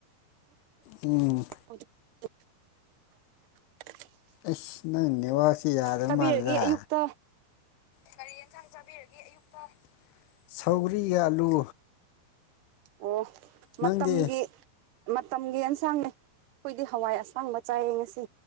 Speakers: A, on the left (about 80°); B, on the right (about 70°).
A: ꯎꯝ
B: <unintelligible>
A: ꯑꯁ ꯅꯪ ꯅꯦꯋꯥꯁꯤꯦ ꯌꯥꯗ
B: ꯇꯥꯕꯤꯔꯒꯦ
A: ꯃꯥꯜꯂ‌ꯦꯗ
B: ꯑꯌꯨꯛꯇ
A: ꯀꯔꯤ ꯌꯦꯟꯁꯥꯡ ꯆꯥꯕꯤꯔꯒꯦ ꯑꯌꯨꯛꯇ ꯁꯧꯒꯔꯤ ꯑꯥꯜꯂꯨ
B: ꯑꯣ
A: ꯅꯪꯗꯤ
B: ꯃꯇꯝꯒꯤ ꯃꯇꯝꯒꯤ ꯑꯦꯟꯁꯥꯡꯅꯦ ꯑꯩꯈꯣꯏꯗꯤ ꯍꯋꯥꯏ ꯑꯁꯥꯡꯕ ꯆꯥꯏꯌꯦ ꯉꯁꯤ